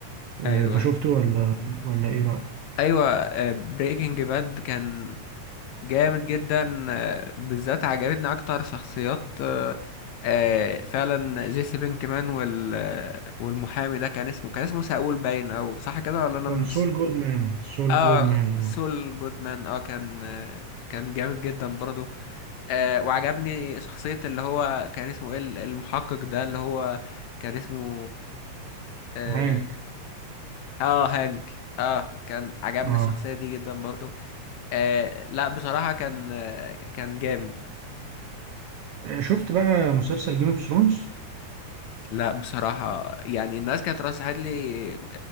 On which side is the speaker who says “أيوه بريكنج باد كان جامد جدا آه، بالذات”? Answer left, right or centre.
Left